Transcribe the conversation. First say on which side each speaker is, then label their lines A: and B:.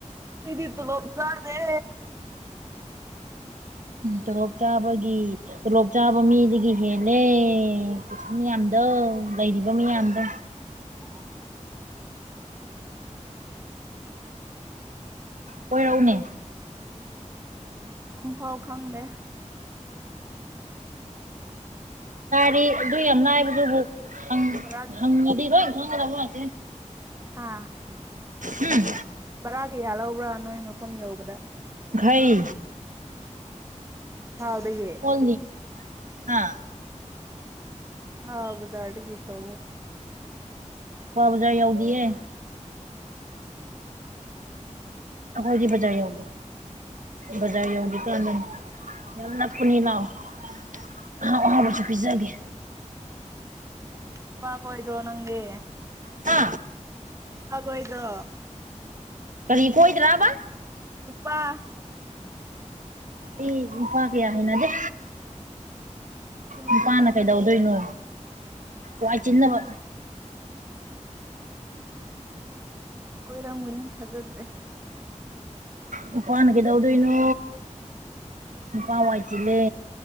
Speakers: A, on the right (about 20°); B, on the right (about 85°).
A: ꯏꯠꯇ ꯋꯥꯞꯖꯥꯔꯗꯦ
B: ꯇꯣꯂꯣꯞ ꯆꯥꯕꯒꯤ ꯇꯣꯂꯣꯞ ꯆꯥꯕ ꯃꯤꯗꯒꯤ ꯍꯦꯜꯂꯦꯩ ꯃꯤꯌꯥꯝꯗꯣ ꯂꯩꯔꯤꯕ ꯃꯤꯌꯥꯝꯗꯣ
A: ꯑꯣ
B: ꯑꯣꯏꯔꯛꯎꯅꯦ
A: ꯄꯝꯐꯥꯎ ꯈꯪꯗꯦ
B: ꯔꯤ ꯑꯗꯨ ꯌꯥꯝ ꯂꯅꯥꯏꯕꯗꯨꯕꯨ ꯅ
A: ꯕꯔꯥ
B: ꯔꯥꯡꯔ ꯋꯥꯁ
A: ꯑꯥ
B: ꯎꯝ
A: ꯕꯔꯥ ꯀꯌꯥ ꯂꯧꯕ꯭ꯔꯥ ꯅꯣꯏ ꯃꯐꯝ ꯌꯧꯕꯗ
B: ꯩ
A: ꯏꯝꯐꯥꯜꯗꯒꯤ
B: ꯍꯣꯜꯅꯤ ꯍꯥ
A: ꯍꯥꯎꯕꯨꯗꯥꯗꯒ ꯇ
B: ꯄꯕꯖꯏ ꯌꯥꯎꯗꯤ ꯑꯦ ꯑꯩꯈꯣꯏꯗꯤ ꯖꯥꯏ ꯌꯥꯎꯗ ꯕꯖꯥꯔ ꯌꯧꯗꯤ ꯀꯥꯟꯗꯅꯤ ꯌꯥꯝ ꯅꯥꯄꯨꯅꯤ ꯂꯥꯛꯥꯎꯑꯣ ꯑ ꯋꯥꯕꯨꯁꯨ ꯄꯤꯖꯥꯒꯦ
A: ꯑꯄꯥꯥ ꯑꯣꯏꯣꯏꯔꯣ ꯅꯪꯦ
B: ꯍꯥ
A: ꯂꯐ ꯀꯗ꯭ꯔ
B: ꯀꯔꯤ ꯀꯣꯏꯗꯔꯥꯕ
A: ꯎꯄꯥ
B: ꯑꯩ ꯏꯄꯥ ꯀꯦ ꯌꯥ ꯍꯥꯏꯅ ꯗꯦ
A: ꯊꯤꯒꯅꯨ
B: ꯅꯨꯄꯥꯅ
A: ꯊꯥꯖꯗ꯭ꯔꯦ
B: ꯀꯩꯗꯧꯗꯣꯏꯅꯣ ꯋꯥꯏ ꯆꯤꯅꯕ
A: ꯀꯣꯏꯔꯝꯒꯅꯤ ꯊꯥꯖꯗ꯭ꯔꯦ
B: ꯅꯨꯄꯥꯅ ꯀꯩꯗꯧꯗꯣꯏꯅꯣ ꯅꯨꯄꯥ ꯋꯥꯏ ꯆꯤꯜꯂꯦ